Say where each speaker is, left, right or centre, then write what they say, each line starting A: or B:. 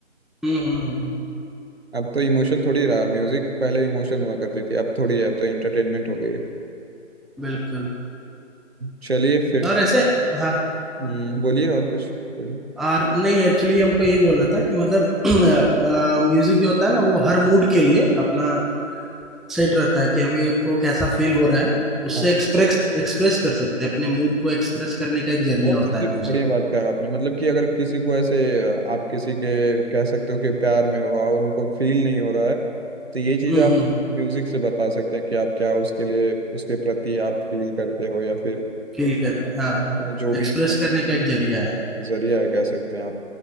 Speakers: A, in the centre; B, on the right.
A: हम्म हम्म हम्म,
B: अब तो इमोशन थोड़ी रहा म्यूजिक पहले इमोशन हुआ करती थी अब थोड़ी है अब तो एंटरटेनमेंट हो गई है
A: बिल्कुल
B: चलिए फिर
A: और ऐसे हाँ
B: हम्म, बोलिए और कुछ बोलिए
A: और नहीं एक्चुअली हमको ये बोलना था कि मतलब <clears throat> म्यूजिक जो होता है ना वो हर मूड के लिए अपना सेट रहता है कि अभी हमको कैसा फील हो रहा है उससे
B: हाँ
A: एक्सप्रेस एक्सप्रेस कर सकते हैं अपने मूड को एक्सप्रेस करने का एक जरिया
B: वो
A: होता
B: सबसे
A: है म्यूजिक
B: बढ़िया बात कहा आपने मतलब कि अगर किसी को ऐसे अ, आप किसी के कह सकते हो कि प्यार में हो और उनको फील नहीं हो रहा है तो ये चीज
A: हम्म हम्म
B: आप
A: हम्म
B: म्यूजिक से बता सकते हैं कि आप क्या उसके लिए उसके प्रति आप फील करते हो या फिर
A: फील कर रहे हैं हाँ
B: आपको जो भी
A: एक्सप्रेस करने का एक जरिया है
B: जरिया है कह सकते हैं आप